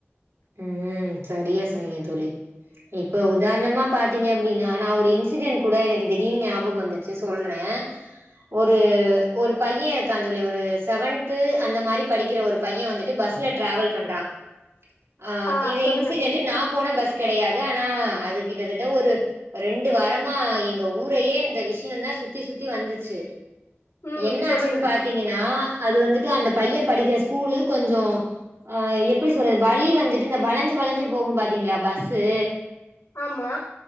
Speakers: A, on the right; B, on the left.
A: ம் சரியா சொன்னீங்க தோழி இப்ப உதாரணமா பாத் ங்க அப்படினா நா ஒரு இன்சிடென்ட் கூட எனக்கு திடீர்னு ஞாபகம் வந்துச்சு சொல்ற ஒரு ஒரு பையன் எனக்கு <unintelligible> ஒரு செவன் தத்து அந்த மாரி படிக்கிற ஒரு பையன் வந்துட்டு பஸ்ல டிராவல் பண்றா ஆஹ்
B: ஆ
A: இது
B: சொல்லுங்க
A: இன்சிடென்ட்
B: தோழி
A: நா போன பஸ் கிடையாது ஆனா அது கிட்டத்தட்ட ஒரு ரெண்டு வாரமா எங்க ஊரையே இந்த விஷயந்தான் சுத்தி சுத்தி வந்துச்சு
B: ம்
A: என்ன
B: சொல்லுங்க
A: ஆச்சுன்னு பாத்தீங்கன்னா அது வந்துட்டு
B: ம்
A: அந்த பையன் படிக்கிற ஸ்கூ கூலு கொஞ்சோ அ எப்படி சொல்றது வழி வந் வந்துட்டு இந்த வளஞ்சு வளஞ்சு போகும் பாத்தீங்களா பஸ்சு
B: ஆமா